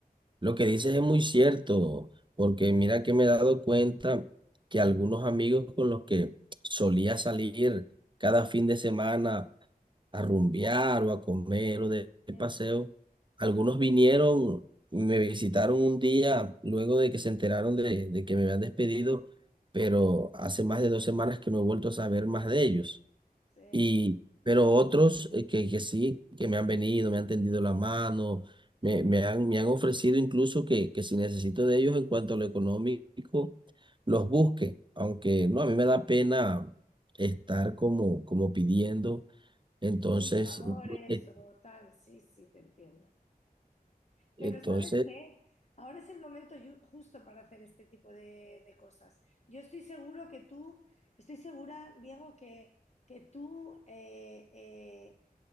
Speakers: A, on the right (about 30°); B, on the left (about 45°).
A: Lo que dices es muy cierto, porque mira que me he dado cuenta que algunos amigos con los que solía salir cada fin de semana a rumbear o a comer o de, de
B: Sí,
A: paseo, algunos vinieron, me visitaron un día luego de que se enteraron de, de que me habían despedido, pero hace más de dos semanas que no he vuelto a saber más de ellos.
B: sí.
A: Y, pero otros eh, que, que sí, que me han venido, me han tendido la mano, me, me han, me han ofrecido incluso que, que si necesito de ellos en cuanto a lo económico, los busque. Aunque no, a mí me da pena estar como, como pidiendo. Entonces,
B: Sí, favores
A: eh,
B: o tal, sí, sí, te entiendo.
A: entonces,
B: Pero ¿sabes qué? Ahora es el momento ju- justo para hacer este tipo de, de cosas. Yo estoy seguro que tú, estoy segura, Diego, que, que tú eh, eh,